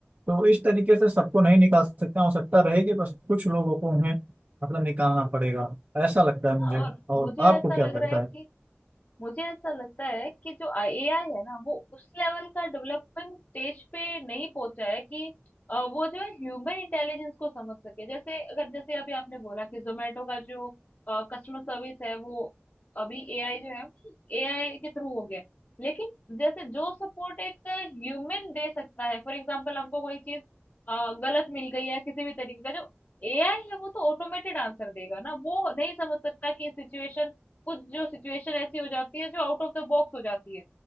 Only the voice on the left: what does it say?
हाँ और
मुझे
ऐसा
लग
रहा है कि
मुझे ऐसा लगता है कि जो एआई है ना वो उस लेवल का डेवलपमेंट स्टेज पे नहीं पहुंचा है कि अ, वो जो है ह्यूमन इंटेलिजेंस को समझ सके जैसे अगर जैसे अभी आपने बोला कि जोमेटो का जो कस्टमर सर्विस है वो अभी एआई जो है एआई के थ्रू हो गया है। लेकिन जैसे जो सपोर्ट एक ह्यूमन दे सकता है फॉर एग्जांपल हमको कोई चीज अ, गलत मिल गई है किसी भी तरीके का जो एआई है वो तो ऑटोमेटेड आंसर देगा ना वो नहीं समझ सकता कि सिचुएशन कुछ जो सिचुएशन ऐसी हो जाती है जो आउट ऑफ द बॉक्स हो जाती है।